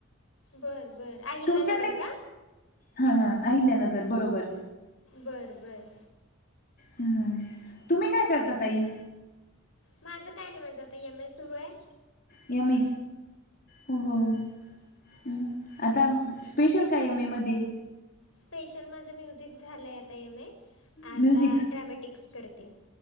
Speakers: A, on the left; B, on the left.
A: बर बर अहिल्यानगर
B: तुमच्याकडे
A: का
B: हा हा आहिल्यानगर बरोबर
A: बरं बरं!
B: हं तुम्ही काय करतात ताई?
A: माझं काय नाही माझं आता एम एस सुरू आहे.
B: यम ए हो हो <unintelligible> आता स्पेशल काय एम ए मध्ये
A: स्पेशल माझं म्युझिक झालंय आता एम ए आता
B: म्युझिक
A: ड्रॅमॅटिक्स करते